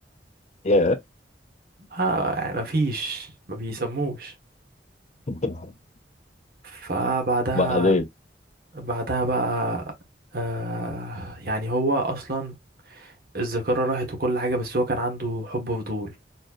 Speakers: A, on the left (about 40°); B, on the right (about 55°).
A: يا
B: آه يعني مفيش ما بيسموش
A: <laughs>
B: فبعدها
A: بعدين
B: بعدها بقى آه يعني هو اصلا الذاكره راحت وكل حاجه بس هو كان عنده حب فضول